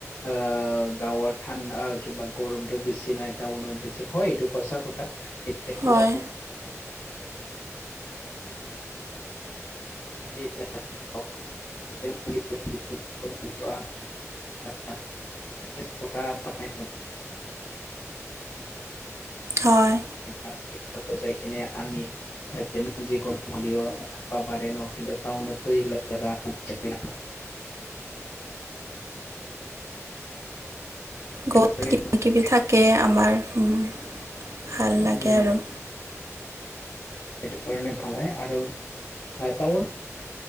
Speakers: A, on the left; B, on the right.
A: আহ গাঁৱত ঠাণ্ডা কিবা গৰমতটো বেছি নাই টাউনত বেছি হয় এইটো সঁচা কথা এটাত
B: হয়
A: <unintelligible> <inaudible> <inaudible>
B: হয়।
A: তাত একেলগত যাইকিনে আমি- যিকোনো মলিও থাকিবা পাৰে ন, কিন্তু টাউনততো এইগিলাক জেগা-
B: বহুত
A: কাৰণে
B: কিবা কিবি থাকে আমাৰ, উম' ভাল লাগে
A: উম
B: আৰু।
A: সেইটো কাৰণে ভাল হয়, আৰু এ টাউন-